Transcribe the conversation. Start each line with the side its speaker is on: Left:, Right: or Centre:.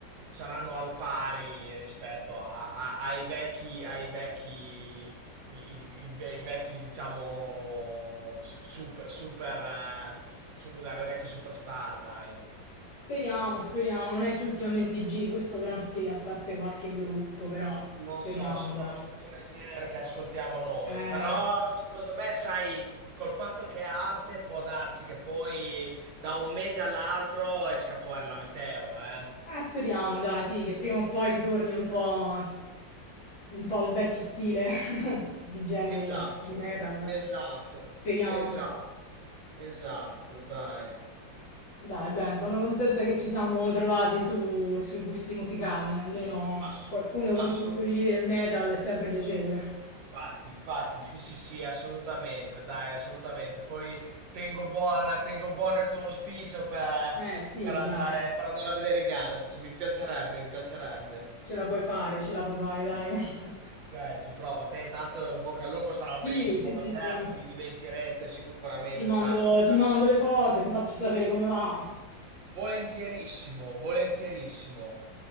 Right: saranno al pari rispetto a- a- ai vecchi, ai vecchi, i, i- i ve- i vecchi, diciamo, su- super, super, eh, super, dai, le vecchie superstar, dai.
Left: Speriamo, speriamo. Non è che ultimamente giri questo granché, a parte qualche gruppo,
Right: Lo
Left: però
Right: lo
Left: speriamo,
Right: so, soprattutto
Left: dai.
Right: nel genere che ascoltiamo noi,
Left: Eh...
Right: però secondo me, sai, col fatto che è arte può darsi che poi da un mese all'altro esca fuori la meteora, eh.
Left: Eh, speriamo, dai, sì, che prima o poi ritorni un po', un po' il vecchio stile <laughs> di genere
Right: Esatto,
Left: di metal.
Right: esatto,
Left: Speriamo.
Right: esatto, esatto, dai.
Left: Dai, bene, sono contenta che ci siamo trovati su- sui gusti musicali, almeno
Right: Ass-
Left: qualcuno con
Right: assoluta-
Left: cui condividere il metal è sempre piacevole.
Right: Infatti, infatti, sì, sì, sì, assolutamente, dai, assolutamente. Poi tengo buona, tengo buono il tuo auspicio per, eh,
Left: Eh, sì,
Right: per andare,
Left: dai,
Right: per andare a vedere i Guns. Mi piacerebbe, mi piacerebbe.
Left: ce la puoi fare, ce la puoi fare, dai. <laughs>
Right: Dai, ci provo. Te intanto in bocca al lupo, sarà
Left: Sì,
Right: un bellissimo
Left: sì, sì,
Right: concerto,
Left: sì.
Right: vi divertirete sicuramente
Left: Ti mando,
Right: tanto, dai.
Left: ti mando le foto, ti faccio sapere come va.
Right: Volentierissimo, volentierissimo.